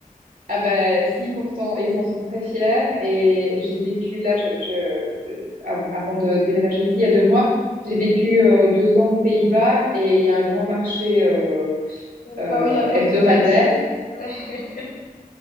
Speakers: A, on the right; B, on the left.
A: Ah bah si pourtant et ils en sont très fiers et j'ai vécu là je, je euh, av- avant de déménager ici il y a deux mois j'ai vécu euh, deux ans aux Pays-Bas et il y a un grand marché euh, euh,
B: Bah oui, la pomme
A: hebdomadaire
B: de terre, c'est ouais. <laughs>